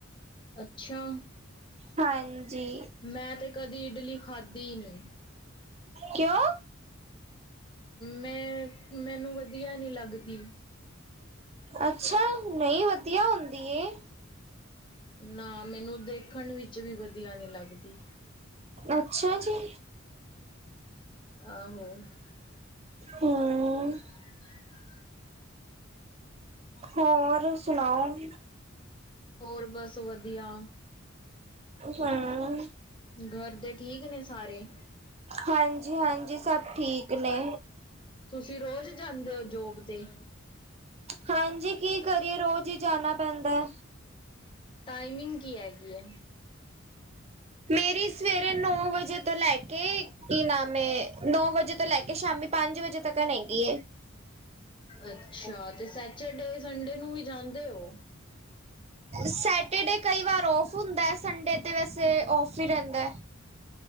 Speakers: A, on the left (about 25°); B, on the right (about 30°).
A: ਅੱਛਾ।
B: ਹਾਂਜੀ
A: ਮੈਂ ਤੇ ਕਦੀ ਇਡਲੀ ਖਾਧੀ ਨੀ।
B: ਕਿਉਂ
A: ਮੈਂ ਮੈਨੂੰ ਵਧੀਆ ਨੀ ਲੱਗਦੀ।
B: ਅੱਛਾ, ਨਹੀਂ ਵਧੀਆ ਹੁੰਦੀ ਏ।
A: ਨਾ ਮੈਨੂੰ ਦੇਖਣ ਵਿੱਚ ਵੀ ਵਧੀਆ ਨੀ ਲੱਗਦੀ।
B: ਅੱਛਾ ਜੀ।
A: ਆਹੋ। <inaudible>
B: ਹੂੰ, ਹੋਰ, ਸੁਣਾਓ?
A: ਹੋਰ, ਬਸ ਵਧੀਆ।
B: ਹਾਂ।
A: ਘਰ ਦੇ ਠੀਕ ਨੇ ਸਾਰੇ?
B: ਹਾਂਜੀ ਹਾਂਜੀ, ਸਭ ਠੀਕ ਨੇ।
A: ਤੁਸੀਂ ਰੋਜ਼ ਜਾਂਦੇ ਹੋ ਜੋਬ ਤੇ?
B: ਹਾਂਜੀ, ਕੀ ਕਰੀਏ ਰੋਜ਼ ਹੀ ਜਾਣਾ ਪੈਂਦੈ।
A: ਟਾਈਮਿੰਗ ਕੀ ਹੈਗੀ ਹੈ?
B: ਮੇਰੀ ਸਵੇਰੇ ਨੌ ਵਜੇ ਤੋਂ ਲੈ ਕੇ ਕੀ ਨਾਮ ਏ ਨੌ ਵਜੇ ਤੋਂ ਲੈ ਕੇ ਸ਼ਾਮੀ ਪੰਜ ਵਜੇ ਤੱਕਣ ਹੈਗੀ ਏ।
A: ਅੱਛਾ ਤੇ ਸੈਚਰਡੇ ਸੰਡੇ ਨੂੰ ਵੀ ਜਾਂਦੇ ਹੋ?
B: ਸੈਟਰਡੇ ਕਈ ਵਾਰ ਔਫ ਹੁੰਦਾ, ਸੰਡੇ ਤੇ ਵੈਸੇ ਔਫ ਹੀ ਰਹਿੰਦਾ।